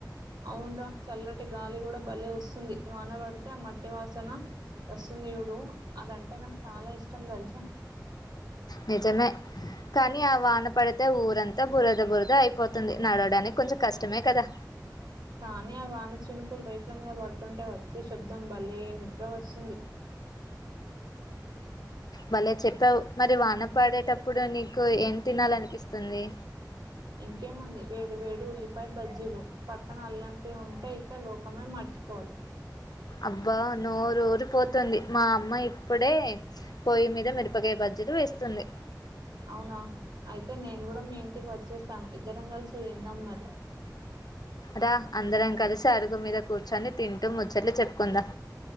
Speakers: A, on the right; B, on the left.
A: అవున్రా చల్లటి గాలి కూడా బలే వస్తుంది వాన పడితే ఆ మట్టి వాసన వస్తుంది జూడు అదంటే నాకు చాలా ఇష్ ష్టం తెలుసా
B: నిజమే కానీ ఆ వాన పడితే ఊరంతా బురద బురద అయిపోతుంది నడవడానికి కొంచెం కష్టమే కదా
A: కానీ ఆ వాన చినుకులు రేఖల మీద పడుతుంటే వచ్చే శబ్దం భలే నిద్ర వస్తుంది
B: భలే చెప్పావు మరి వాన పాడేటప్పుడు నీకు ఏం తినాలనిపిస్తుంది
A: ఇంకేముంది వేడి వేడి ఉల్లిపాయ బజ్జీలు పక్కన అల్లం టీ ఉంటే ఇక లోకమే మర్చిపో
B: అబ్బా నోరుఊరు పోతుంది మా అమ్మ ఇప్పుడే పొయ్యి మీద మిరపకాయ బజ్జీలు వేస్తుంది
A: అవునా అయితే నేను కూడా మీ ఇంటికి వచ్చేస్తాను ఇద్దరం కలిసి తిందాం మరి
B: రా అందరం కలిసి అరుగు మీద కూర్చొని తింటూ ముచ్చట్లు చెప్పుకుందాం